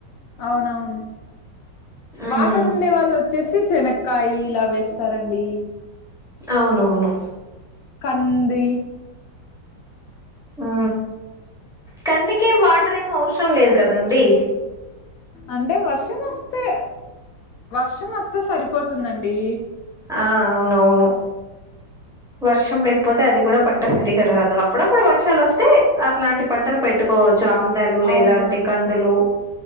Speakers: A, on the left (about 80°); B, in the centre.
A: అవునవును.
B: ఉమ్
A: వాటర్ ఉండే వాళ్ళు వచ్చేసి చెనక్ కాయి ఇలా వేస్తారండి.
B: అవునవును
A: కంది
B: ఉ కందికేం వాటర్ ఏం అవసరం లేదు కదండీ.
A: అంటే వర్షం వస్తే వర్షం వస్తే సరిపోతుందండి.
B: ఆ అవునవును వర్షం లేకపోతే అది కూడా పంట సరిగా రాదు. అప్పుడప్పుడు వర్షాలు వస్తే అట్లాంటి పంటలు పెట్టుకోవచ్చు. ఆముదాలు లేదంటే
A: అవునవును
B: కందులు.